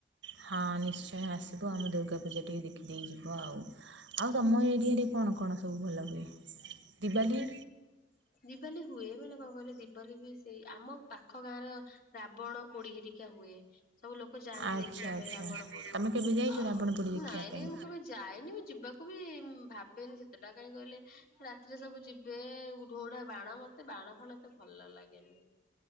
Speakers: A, on the right; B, on the left.
A: ହଁ ନିଶ୍ଚୟ ଆସିବ ଆମ ଦୁର୍ଗା ପୂଜା ଟିକେ ଦେଖିଦେଇଯିବ ଆଉ ତମ ଏରିଆରେ କଣ କଣ ସବୁ ଭଲ ହୁଏ ଦିିବାଲି?
B: ଦିବାଲି ହୁଏ ମେ କଣ କହିଲେ ଦିବାଲି ବି ସେଇ ଆମ ପାଖ ଗାଁ ର ରାବଣ ପୋଡି ହେରିକା ହୁଏ। ସବୁ ଲୋକ ଯାଆନ୍ତି
A: ଆଚ୍ଛା
B: ଦେଖିବା
A: ଆଚ୍ଛା
B: ପାଇଁ ରାବଣ ପୋଡି
A: ତମେ କେବେ ଯାଇଛ
B: ଆଉ
A: ରାବଣ ପୋଡ଼ି ଦେଖିବା
B: ନାଇଁ
A: ପାଇଁ
B: ନାଇଁ ମୁଁ କେବେ ଯାଏନି ମୁଁ ଯିବାକୁ ବି ଭାବେନି ସେତେଟା କାଇହିଁ କହିଲେ ରାତିରେ ସବୁ ଯିବେ ଢୋଢା ବାଣ ମତେ ବାଣ ଫାଣ ମୋତେ ଏତେ ଭଲ ଲାଗେନି।